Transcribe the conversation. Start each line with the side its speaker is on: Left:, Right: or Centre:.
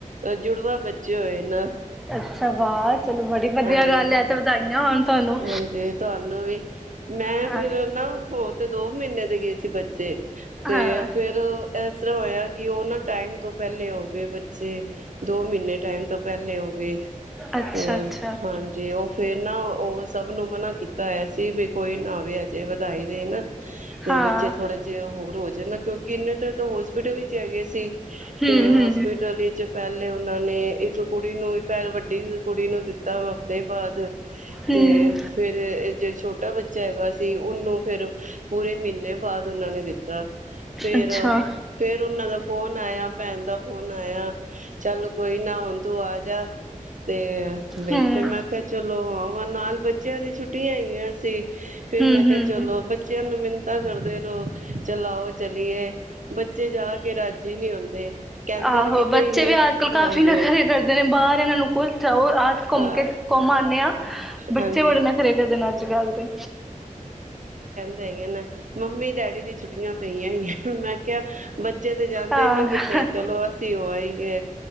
Right: ਜੁੜਵਾ ਬੱਚੇ ਹੋਏ ਨਾ
Centre: ਅੱਛਾ ਵਾਹ ਚਲੋ ਬੜੀ ਵਧੀਆ
Right: ਹਾਂਜੀ
Centre: ਗੱਲ ਹੈ ਤੇ ਵਧਾਈਆਂ ਹੋਣ ਤੁਹਾਨੂੰ
Right: ਹਾਂਜੀ ਤੁਹਾਨੂੰ ਵੀ, ਮੈਂ
Centre: ਹਾਂਜੀ
Right: ਫੇਿਰ ਨਾ ਹੋਰ ਤੇ ਦੋ ਮਹੀਨੇ ਦੇ ਗਏ ਸੀ ਬੱਚੇ ਤੇ
Centre: ਹਾਂ
Right: ਫੇਰ ਇਸ ਤਰ੍ਹਾਂ ਹੋਇਆ ਕਿ ਉਹਨਾਂ ਟਾਈਮ ਤੋਂ ਪਹਿਲੇ ਹੋ ਗਏ ਬੱਚੇ ਦੋ ਮਹੀਨੇ ਟਾਈਮ ਤੋਂ ਪਹਿਲੇ ਹੋ ਗਏ
Centre: ਅੱਛਾ
Right: ਅ
Centre: ਅੱਛਾ
Right: ਹਾਂਜੀ ਉਹ ਫੇਰ ਨਾ ਉਹ ਸਭ ਨੂੰ ਮਨਾ੍ਹ ਕੀਤਾ ਹੈਆ ਸੀ ਵੀ ਕੋਈ ਨਾਵੇ ਅਜੇ ਢਾਈ ਦੇ ਨਾ ਤੇ
Centre: ਹਾਂ
Right: ਬੱਚੇ ਥੋੜੇ ਜਿਹੇ ਹੋਰ ਹੋ ਜਾਂਦਾ ਕਿਉਂਕਿ ਕਿੰਨੇ ਤੁ ਹੋਸਪਿਟਲ ਵਿਚ ਹੈਗੇ ਸੀ
Centre: ਹਮ
Right: ਤੇ
Centre: ਹਮ
Right: ਹੋਸਪਿਟਲ ਵਿੱਚ ਪਹਿਲੇ ਉਹ ਨੇ ਇੱਕ ਕੁੜੀ ਨੂੰ ਵੀ ਪੈਲ ਵੱਡੀ ਕੁੜੀ ਨੂੰ ਦਿੱਤੀ ਦੋ ਹਫ਼ਦੇ ਬਾਅਦ
Centre: ਹਮ
Right: ਤੇ ਫੇਿਰ ਜਿਹੜੇ ਛੋਟੇ ਛੋਟਾ ਬੱਚਾ ਹੈਗਾ ਸੀ ਉਹਨੂੰ ਫੇਿਰ ਪੂਰੇ ਮਹੀਨੇ ਬਾਅਦ ਉਹਨਾਂ ਨੇ ਦਿੱਤਾ ਫੇਰ
Centre: ਅੱਛਾ
Right: ਉਹ ਫੇਰ ਉਹਨਾਂ ਦਾ ਫੋਨ ਆਇਆ ਭੈਣ ਦਾ ਫੋਨ ਆਇਆ ਚੱਲ ਕੋਈ ਨਾ ਹੂਣ ਤੂੰ ਆ ਜਾ ਤੇ ਵੈ
Centre: ਹਮ
Right: ਫੇਿਰ ਮੈਂ ਕਿਹਾਿਆ ਚਲੋ ਆਓ ਨਾਲ ਬੱਚਿਆਂ ਦੀ ਛੁੱਟੀਆਂ ਆਈਗੀਆਂ ਸੀ ਫੇਰ
Centre: ਹਮ
Right: ਮੈਂ ਕਿਹਾ
Centre: ਹਮ
Right: ਚਲੋ ਬੱਚਿਆਂ ਨੂੰ ਮੈਨੂੰ <unintelligible> ਕਰਦੇ ਰਹੋ। ਚਲ ਆਓ ਚਲੀਏ, ਬੱਚੇ ਜਾ ਕੇ ਰਾਜੀ ਨੀ ਹੁੰਦੇ, ਕਹਿੰਦੇ
Centre: ਆਹੋ
Right: ਨੇ ਕਿਤੇ
Centre: ਬੱਚੇ
Right: ਹਿਲਜ,
Centre: ਵੀ ਅੱਜ ਕੱਲ੍ਹ ਕਾਫ਼ੀ
Right: ਹਾਂਜੀ।
Centre: ਨਖਰੇ ਕਰਦੇ ਨੇ ਬਾਹਰ ਇਹਨਾਂ ਨੂੰ ਕੁਛ ਜਾਓ ਆਜ ਘੁੰਮ
Right: ਹਾਂ
Centre: ਕੇ ਘੁੰਮ ਆਨੇ ਆ ਬੱਚੇ
Right: ਹਾਂਜੀ
Centre: ਬੜੇ ਨਖਰੇ ਕਰਦੇ ਨੇ ਅੱਜਕੱਲ੍ਹ ਦੇ।
Right: ਰਹਿਗੇ ਨੇ। ਮੰਮੀ-ਡੈਡੀ ਦੀ ਛੁੱਟੀਆਂ ਪਈਆਂ ਹੋਈਆਂ ਮੈਂ ਕਿਹਾ ਬੱਚੇ ਤੇ ਜਾਂਦੇ
Centre: ਹਾਂ
Right: ਨੀ ਕਿਤੇ ਚਲੋ ਅਸੀਂ ਹੋ ਆਈਏ।